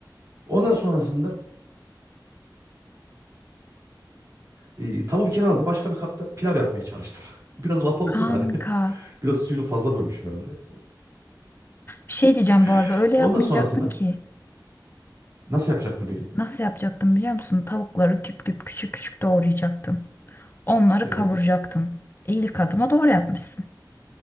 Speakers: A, on the right; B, on the left.
A: Ondan sonrasında eee, tavuğu bir kenara aldım. Başka bir kapta pilav yapmaya çalıştım. <laughs> Biraz lapa olsa
B: kanka.
A: da hani <laughs> biraz suyunu fazla koymuşum herhalde.
B: Bir şey diyeceğim bu arada
A: <laughs>
B: öyle
A: Ondan
B: yapmayacaktın
A: sonrasında
B: ki.
A: nasıl yapacaktım peki?
B: Nasıl yapacaktın biliyor musun? Tavukları küp küp küçük küçük doğrayacaktın. Onları
A: Evet.
B: kavuracaktın. İyilik adıma doğru yapmışsın.